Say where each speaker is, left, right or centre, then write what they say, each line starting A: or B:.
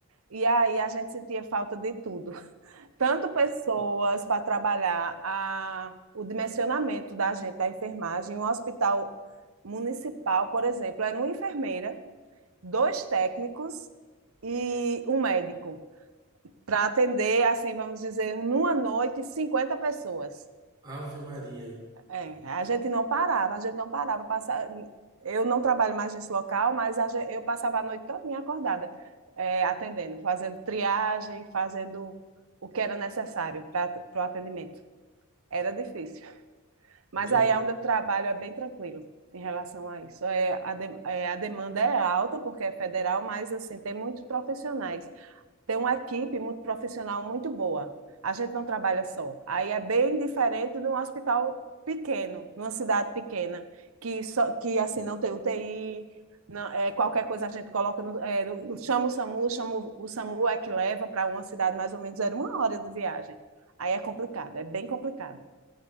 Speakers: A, on the right (about 75°); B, on the right (about 20°).
A: E aí a gente sentia falta de tudo. <laughs> Tanto pessoas para trabalhar a, o dimensionamento da gente, da enfermagem. Um hospital municipal, por exemplo, era uma enfermeira dois técnicos e um médico para atender, assim, vamos dizer, numa noite, 50 pessoas.
B: Ave Maria.
A: É, a gente não parava, a gente não parava. Passa... Eu não trabalho mais nesse local, mas a gente, eu passava a noite toda acordada, é, atendendo, fazendo triagem, fazendo o que era necessário para o atendimento. Era difícil.
B: Meu,
A: Mas aí é onde eu trabalho é bem tranquilo em relação a isso. É, a, de, é, a demanda é alta, porque é federal, mas assim, tem muitos profissionais tem uma equipe muito profissional muito boa. A gente não trabalha só. Aí é bem diferente de um hospital pequeno, numa cidade pequena, que só que assim não tem UTI, não, é, qualquer coisa a gente coloca no, é, chama o SAMU, chama o, o SAMU é que leva para uma cidade mais ou menos era uma hora de viagem. Aí é complicado, é bem complicado.